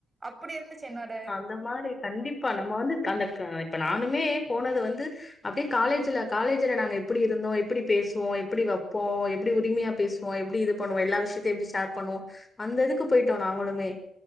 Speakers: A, on the right; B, on the left.
A: அப்புடி இருந்துச்சு என்னோட
B: ந்த மாரி கண்டிப்பா நம்ம வந்து அந்த க ப்ப நானுமே போனது வந்து அப்டே காலேஜ்ல காலேஜ்ல நாங்க எப்புடி இருந்தோம் எப்புடி பேசுவோம் எப்புடி வப்போம் எப்டி உரிமியா பேசுவோம் எப்டி இது பண்ணுவோம் எல்லா விஷ்யத்தியும் எப்டி ஷேர் பண்ணுவோம் அந்ததுக்கு போய்ட்டோம் நாங்களுமே